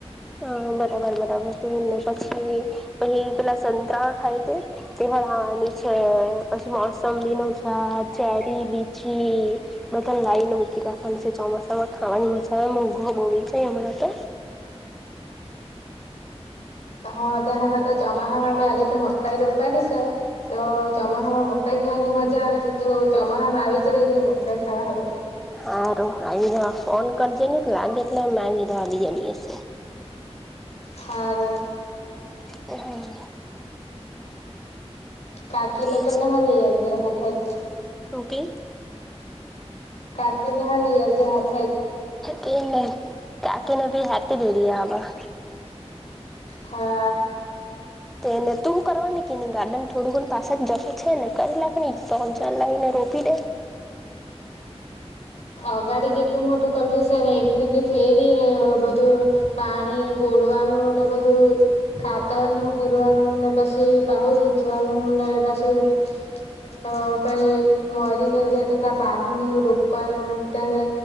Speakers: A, in the centre; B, on the left (about 75°).
A: હા બરાબર બરાબર તેને પછી પેલી પેલા સંતરા થાય તે <unintelligible> ની છે પછી મોસમબીનુ ઝાડ ચેરી, લીચી, લાવીને મૂકી રાખવાની છે, ચોમાસામાં ખાવાની મજા આવે મોઘો હો બી જાય હમણાં તો
B: હ તેના કરતા ચમાહામા મે આ દાખી મકાઈ રોપાની સે તો ચમાહામા મકાઈ ખાવાની મજા આવે તો તો ચોમાહામાં આવી જ રેજે મકાઈ ખાવા હારુ
A: હારું આવી રેવા ફોન કરજે ની લાગે એટલે મે આવી રેવા બીજા દિવસે
B: હારુ,
A: હમ.
B: કાકી
A: તેજ
B: લોકોને હો લે આવજે હાથે જ
A: હું કેય
B: કાકીને હો લે આવજે હાથે જ
A: તેને કકીને ભી હાથે જ લે આવા
B: હા.
A: એને તું કરવાની કેની ગાર્ડન થોડું ઘણુ પાછળ જગા છે ને કરી લાખની તોન ચાર લા વીને રોપી દે
B: અગાડી જેટલું મોટું કરલું છે, ને એટલું તો થઈ ની રે બધું પાણી ગો તોડવાનું ને બધું ખાતરનું પૂરવાનું ને પછી પાહુ હીચવાનું ને અને પાછું અ કઈ મરી નેવુ જાય તો તા પાહુ નેવુ રો પ્પાનું તાહે